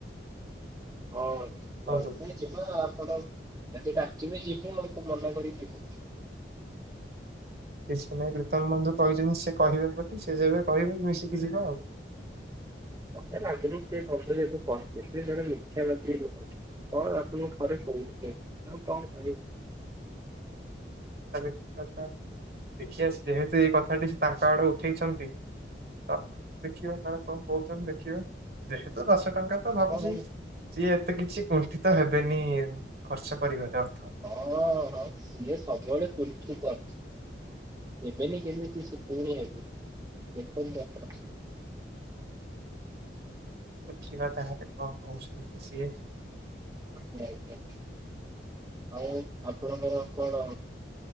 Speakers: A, on the right; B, on the right.
A: ହଁ ତ
B: କୁହନ୍ତୁ
A: ଯିବା ଆପଣ ଯଦି ଡା ତୁମେ ଯିବ ମତେ ମନା କରିି <unintelligible>
B: କିଛି ନାହିଁ ପ୍ରୀତମ ବନ୍ଧୁ କହିଛନ୍ତି ସେ କହିବେ ବୋଲି, ସେ ଯେବେ କହିବେ ମିଶିକି ଯିବା ଆଉ।
A: <unintelligible> ସେ ଜଣେ ମିଥ୍ୟା ବ୍ୟକ୍ତି ଅଟନ୍ତି। କଣ ଆପଣ ଥରେ କହୁଥିଲେ, ଆଉ କଣ କହିବି।
B: ଏଟା ବି ଠିକ କଥା ଦେଖିଆସି ଯେହେତୁ ଏଇ କଥା ସେ ତାଙ୍କ ଆଡୁ ଉଠେଇଛନ୍ତି। ତ ଦେଖିବା କାଳେ କଣ କହୁଛଛନ୍ତି ଦେଖିବା, ଦେଖ। ତ ଦଶ ଟଙ୍କା ତ ଭାବୁଛି,
A: ହଁ
B: ସିଏ ଏତେ କିଛି କୁଣ୍ଠିତ ହେବେନି ଖର୍ଚ୍ଚ କରିବାରେ ଅର୍ଥ
A: ହଁ ହଁ ସିଏ ସବୁବେଳେ କୁଣ୍ଠିତ। ଦେବେନି କେମିତି ସେ ପୁଣି ଏବେ, ଦେଖନ୍ତୁ ଆପଣ।
B: ଦେଖିବା ତାହାଲେ କଣ କହୁଛନ୍ତି ସିଏ।
A: ଆଜ୍ଞା ଆଜ୍ଞା ଆଉ ଆପଣଙ୍କର? କଣ